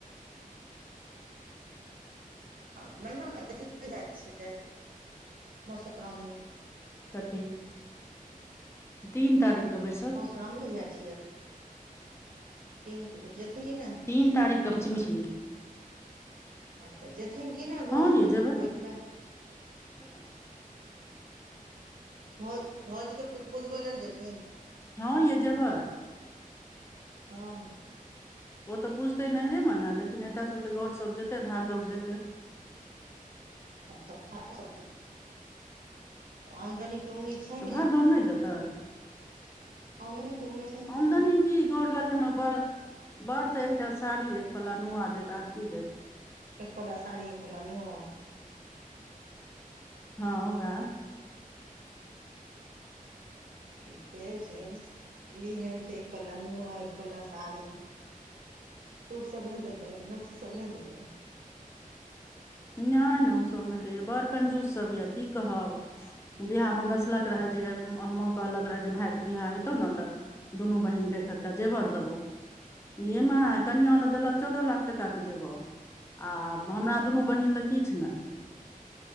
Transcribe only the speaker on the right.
आ महिना मे तऽ ठीक बुझाय छैय मोसरामनी
गाम नहि जाय छियै तीन तिक जेथिन कि नहि।
आ तऽ जेथिन किी नहि भौजके
पुजबै लए।
भौज भौजके पुजबै लए ने जेथिन।
हँ।
<unintelligible> तऽ आमदनी के उम्मीद छनि
ने
आमानि के उमैनि कि
नहि
एक पालला साड़ी एक पालला नुआ
ठिके छै लिहेत। एक पला नुआ एक पला साड़ी। सूट सब नहि देताै। मैक्सी सब नहि देताै।
हँ